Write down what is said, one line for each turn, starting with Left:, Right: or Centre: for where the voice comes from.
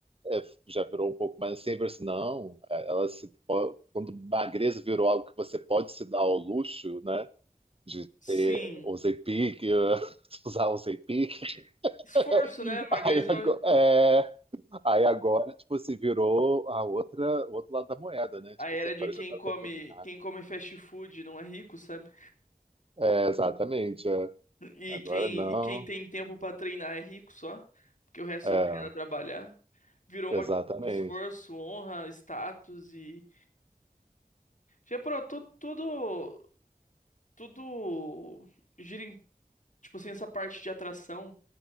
Right: é, já virou um pouco mais assim, virou assim, não, ela se po- quando magreza virou algo que você pode se dar ao luxo, né? De
Left: Sim.
Right: ter usei pique, <laughs> usar usei pique.
Left: Esforço,
Right: <laughs>
Left: né? Magreza,
Right: Aí agora, é, Aí agora, tipo, se virou a outra, o outro lado da moeda, né?
Left: a
Right: Tipo
Left: era
Right: assim, agora
Left: de quem
Right: já tá
Left: come,
Right: todo mundo. Ah,
Left: quem come fast food não é rico, sabe?
Right: É, exatamente. é.
Left: E
Right: Agora
Left: quem,
Right: não.
Left: e quem tem tempo pra treinar é rico só, porque o resto
Right: É,
Left: é obrigado a trabalhar. Virou uma
Right: exatamente.
Left: questão de esforço, honra, status e já pro tudo tudo gira em, tipo assim, essa parte de atração